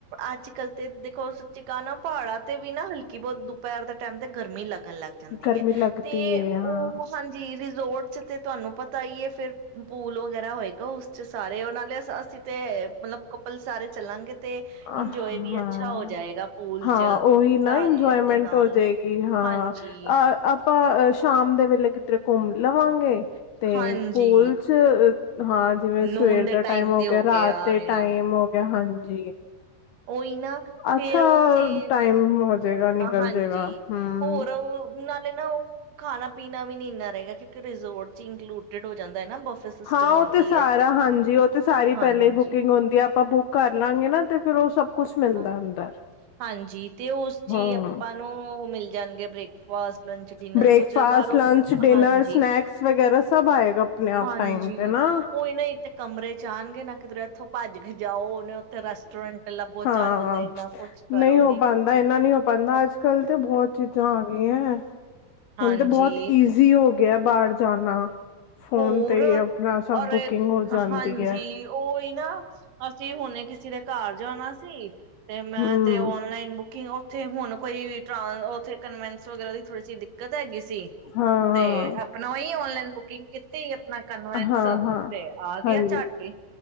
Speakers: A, on the right (about 70°); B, on the left (about 75°).
A: ਅੱਜ ਕੱਲ ਤੇ ਦੇਖੋ ਸੱਚੀ ਕਿਹਾ ਨਾ ਪਹਾੜਾਂ ਤੇ ਵੀ ਨਾ ਹਲਕੀ ਬਹੁਤ ਦੁਪਹਿਰ ਦੇ ਟਾਈਮ ਤੇ ਗਰਮੀ ਲੱਗ ਣ ਲੱਗ ਜਾਂਦੀ
B: ਗਰਮੀ
A: ਐ
B: ਲੱਗਦੀ
A: ਤੇ
B: ਹੈ
A: ਉਹ
B: ਹਾਂ
A: ਹਾਂਜੀ ਰਿਜ਼ੋਰਟ। ਤੇ ਤੁਹਾਨੂੰ ਪਤਾ ਈ ਆ ਫੇਰ ਪੂਲ ਵਗੈਰਾ ਹੋਏਗਾ ਉਸ ਚ ਸਾਰੇ ਉਹ ਨਾਲ਼ੇ ਅਸੀਂ ਤੇ ਮਤਲਬ ਕਪਲ ਸਾਰੇ ਚੱਲਾਂਗੇ। ਤੇ
B: ਹਾਂ
A: ਇੰਜੋਏ ਵੀ ਅੱਛਾ ਹੋ ਜਾਏਗਾ ਪੂਲ
B: ਹਾਂ,
A: ਚ
B: ਉਹੀ ਨਾ
A: ਸਾਰਿਆਂ
B: ਇੰਜੋਏਮੈਂਟ
A: ਦੇ ਨਾਲ
B: ਹੋਜੇਗੀ ਹਾਂ
A: ਹਾਂਜੀ
B: ਅ ਆਪਾਂ ਸ਼ਾਮ ਦੇ ਵੇਲੇ ਕਿਧਰੇ ਘੁੰਮ ਲਵਾਂਗੇ। ਤੇ
A: ਹਾਂਜੀ
B: ਪੋਲ ਚ। ਹਾਂ, ਜਿਵੇਂ
A: ਨੂਨ
B: ਸਵੇਰ
A: ਦੇ
B: ਦਾ ਟਾਈਮ ਹੋ
A: ਤੇ
B: ਗਿਆ ਰਾਤ ਦੇ ਟਾਈਮ
A: ਆ
B: ਹੋ ਗਿਆ ਹਾਂਜੀ।
A: ਉਹੀ ਨਾ
B: ਅੱਛਾ
A: ਫੇਰ ਉੱਥੇ
B: ਟਾਈਮ ਹੋ ਜਾਏਗਾ ਨਿਕਲ
A: ਹਾਂਜੀ
B: ਜਾਏਗਾ ਹਮ
A: ਹੋਰ ਓ ਨਾ। ਨਾ ਉਹ ਖਾਣਾ ਪੀਣਾ ਵੀ ਨੀ ਇੰਨਾ ਰਹੇਗਾ ਕਿਉਂਕਿ ਰਿਜ਼ੋਰਟ ਚ ਇੰਕਲੂਡਡ ਹੋ। ਜਾਂਦਾ ਹੈ ਨਾ ਬਫੇ ਸਿਸਟਮ
B: ਹਾਂ,
A: ਹੁੰਦੀ
B: ਉਹ ਤੇ ਸਾਰਾ
A: ਹੈ
B: ਹਾਂਜੀ ਉਹ ਤੇ ਸਾਰੀ
A: ਹਾਂਜੀ
B: ਪਹਿਲੇ ਹੀ ਬੁਕਿੰਗ ਹੁੰਦੀ ਆ ਆਪਾਂ ਬੁੱਕ ਕਰਲਾਂਗੇ ਨਾ। ਤੇ ਫੇਰ ਉਹ ਸਭ ਕੁਛ ਮਿਲਦਾ
A: ਹਾਂ,
B: ਅੰਦਰ
A: ਹਾਂਜੀ ਤੇ ਉਸ ਚੀ
B: ਹਮ
A: ਆਪਾਂ ਨੂੰ ਮਿਲ ਜਾਣਗੇ ਬ੍ਰੇਕਫਾਸਟ। ਲੰਚ, ਡਿਨਰ
B: ਬ੍ਰੇਕਫਾਸਟ
A: ਕੁਛ ਬਾਹਰੋਂ
B: ਲੰਚ ਡਿਨਰ
A: ਹਾਂਜੀ
B: ਸਨੈਕਸ ਵਗੈਰਾ ਸਭ ਆਏਗਾ ਆਪਣੇ ਆਪ
A: ਹਾਂਜੀ
B: ਟਾਈਮ ਤੇ ਨਾ
A: ਓਹੀ ਨਾ ਇਹ ਤੇ ਕਮਰੇ ਚ ਆਣਗੇ ਨਾ। ਕਿੱਧਰੇ ਇਥੋਂ ਭੱਜ ਗਿਆ। ਜਾਓ ਉਹਨੇ ਉੱਥੇ ਰੈਸਟੋਰੈਂਟ ਲੱਭੋ।
B: ਹਾਂ
A: ਚੱਜ ਦੇ ਨਾ ਕੁਛ ਕਰੋ
B: ਨਹੀਂ ਹੋ ਪਾਉਂਦਾ
A: ਕੁਛ
B: ਇਨਾ ਨਹੀਂ ਹੋ ਪਾਉਂਦਾ ਅੱਜ ਕੱਲ ਤੇ ਬਹੁਤ ਚੀਜ਼ਾਂ ਆ ਗਈਆਂ।
A: ਹਾਂਜੀ
B: ਹੁਣ ਤਾਂ ਬਹੁਤ ਈਜ਼ੀ ਹੋ ਗਿਆ ਬਾਹਰ ਜਾਣਾ। ਫੋਨ
A: ਹੋਰ
B: ਤੇ ਹੀ ਆਪਣਾ ਸਭ
A: ਔਰ
B: ਬੁਕਿੰਗ ਹੋ ਜਾਂਦੀ
A: ਹਾਂਜੀ
B: ਹੈ
A: ਓਹੀ ਨਾ ਅਸੀਂ ਹੁਣੇ ਕਿਸੇ ਦੇ ਘਰ ਜਾਣਾ ਸੀ। ਤੇ ਮੈਂ
B: ਹਮ
A: ਤੇ ਔਨਲਾਈਨ ਬੁੱਕ ਕੀ ਉੱਥੇ ਹੁਣ ਕੋਈ ਵੀ ਟਰਾਂ ਉੱ ਕਨਵੈਂਸ ਵਗੈਰਾ ਦੀ ਥੋੜੀ ਜੀ ਦਿੱਕਤ ਹੈਗੀ ਸੀ। ਸੀ
B: ਹਾਂ
A: ਤੇ
B: ਹਾਂ
A: ਆਪਣਾ ਓਹੀ ਔਨਲਾਈਨ। <unintelligible> ਕੀਤੀ। ਆਪਣਾ ਕਨਵੈਂਸ
B: ਹਾਂ ਹਾਂ
A: ਤੇ ਆ ਗਿਆ
B: ਹਾਂਜੀ,
A: ਝੱਟ ਹੀ